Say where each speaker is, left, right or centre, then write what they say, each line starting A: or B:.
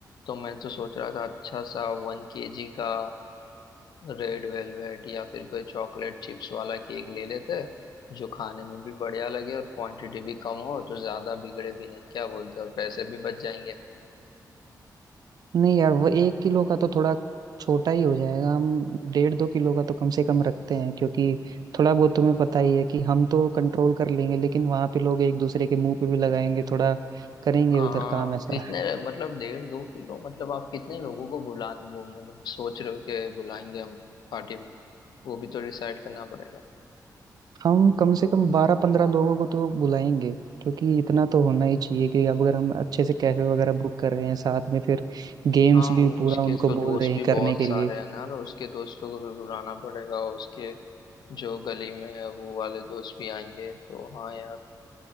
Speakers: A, on the left (about 80°); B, on the right (about 65°).
A: तो मैं तो सोच रहा था अच्छा सा वन केजी का रेड वेलवेट या फिर कोई चॉकलेट चिप्स वाला केक ले लेते हैं, जो खाने में भी बढ़िया लगे और क्वांटिटी भी कम हो तो ज्यादा बिगड़े भी नहीं क्या बोलते हो और पैसे भी बच जाएंगे
B: नहीं यार वो एक किलो का तो थोड़ा छोटा ही हो जाएगा हम डेढ़ दो किलो का तो कम से कम रखते हैं क्योंकि थोड़ा बहुत तुम्हें पता ही है कि हम तो कंट्रोल कर लेंगे लेकिन वहां पे लोग एक दूसरे के मुंह पे भी लगाएंगे थोड़ा करेंगे
A: हाँ
B: उधर काम ऐसा
A: कितने रह- मतलब डेढ़ दो किलो मतलब आप कितने लोगों को बुला वो मतलब सोच रहे हो कि बुलाएंगे हम पार्टी में वो भी तो डिसाइड करना पड़ेगा
B: हम कम से कम बारह पंद्रह लोगों को तो बुलाएंगे क्योंकि इतना तो होना ही चाहिए कि अब अगर हम अच्छे से कैफे वगैरह बुक कर रहे हैं साथ में फिर गेम्स
A: हाँ
B: भी
A: वो
B: पूरा
A: उसके
B: उनको
A: तो दोस्त
B: बोल रहे हैं
A: भी
B: करने
A: बहुत
B: के
A: सारे
B: लिए
A: हैं ना तो उसके दोस्तों को भी बुलाना पड़ेगा और उसके जो गली में है वो वाले दोस्त भी आएंगे तो हाँ यार